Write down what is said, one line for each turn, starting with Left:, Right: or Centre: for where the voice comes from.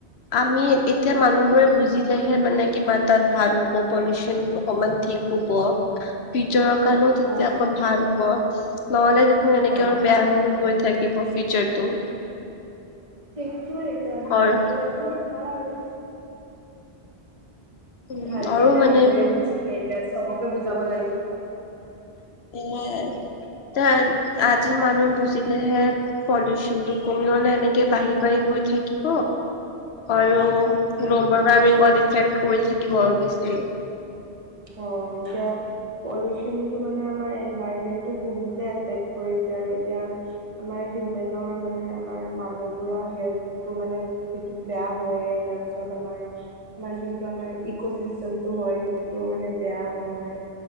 Left: আমি ইত তিয়া মানুহবোৰে বুজি লেহে মানে কিবা এটা ভাল হ'ব পলিউচন অকমান ঠিক হ'ব। ফিউচাৰ কাণো তেতিয়া
Right: অ'।
Left: অক ভাল হ'ব। নহ'লে দেখোন এনেকে
Right: অ',
Left: আৰু বেয়া হৈ হৈ গৈ থাকিব ফিউচাৰটো।
Right: সেইটোয়ে ভালকৈ
Left: আৰু
Right: <unintelligible>
Left: উম
Right: ভালকে
Left: আৰু
Right: এতিয়া
Left: মানে
Right: নিজে বুজিলে এতিয়া চবকে বুজাব লাগিব।
Left: হয়, তাই আজি মানে বুজি - লেহে পলিউশ্যন টো কমি গলে এনেকে বাঢ়ি বাঢ়ি গৈ থাকিব। আৰু গ্ল'বেল ৱাৰ্মিঙত এফেক্ট কৰি থাকিব বেছি।
Right: অ এতিয়া - পলিউশ্যনটো মানে আমাৰ এনভাইৰমেণ্টটো বহুতে এফেক্ট কৰিছে আৰু এতিয়া - আমাৰ হিউমেনৰ মানে আমাৰ মানুহবোৰৰ হেল্থতোটো মানে - সেইটো বেয়া হয়ে, তাৰপিছত আমাৰ আমাৰ যোনটো আমাৰ ইক'চিষ্টেম টো হয়। টো মানে বেয়া হয়।